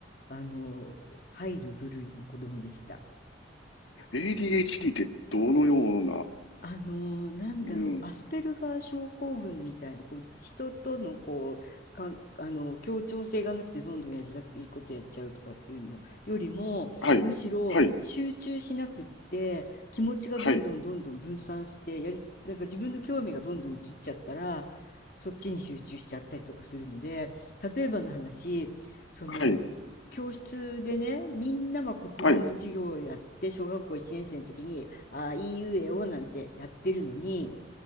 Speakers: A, on the left; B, on the left.
A: あの、入る部類の子供でした。
B: ADHD ってどのような、
A: あのーなんだろうアスペルガー症候群みたいなこう人とのこうかんあの協調性がなくてどんどんやりたいいことやっちゃうとかっていうのよりもむしろ集中しなくって気持ちがどんどんどんどん分散してやりなんか自分の興味がどんどん移っちゃったら
B: うん。はい。はい。はい。
A: そっちに集中しちゃったりとかするので例えばの話その教室でね、
B: はい。
A: みんなまあ国語の授業をやって、
B: はい。
A: 小学校1年生の時に、ああ、いいうえおなんてやってるのに、